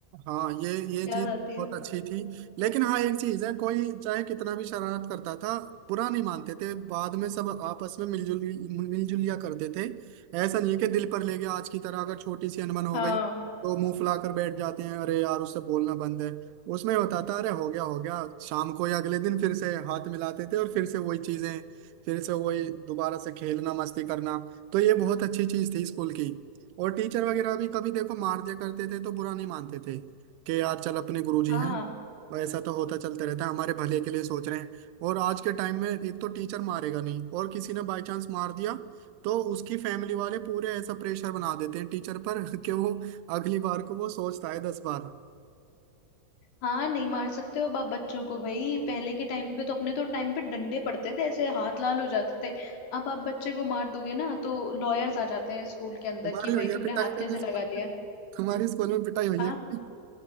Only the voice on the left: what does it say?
याद
आती
है
हाँ
हाँ
हाँ नहीं मार सकते हो बाप बच्चों को भाई पहले के टाइम पे तो अपने तो टाइम पे डंडे पड़ते थे ऐसे हाथ लाल हो जाते थे अब आप बच्चे को मार दोगे ना तो लॉयर्स आ जाते हैं स्कूल के अंदर
कि भाई
तुमने
हाथ
कैसे लगा
लिया
हाँ